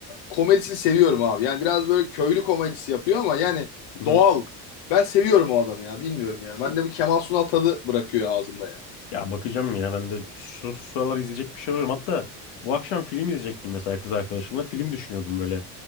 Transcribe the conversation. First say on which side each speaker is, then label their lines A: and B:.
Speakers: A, on the left; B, on the left.
A: komedisini seviyorum abi. Yani biraz böyle köylü komedisi yapıyor ama yani
B: Hı-hı.
A: doğal. Ben seviyorum o adamı ya bilmiyorum yani. Bende bir Kemal Sunal tadı bırakıyor ağzımda yani.
B: Ya bakacağım ya. Ben de şu şu sıralar izleyecek bir şey arıyorum. Hatta bu akşam film izleyecektim mesela kız arkadaşımla. Film düşünüyordum böyle.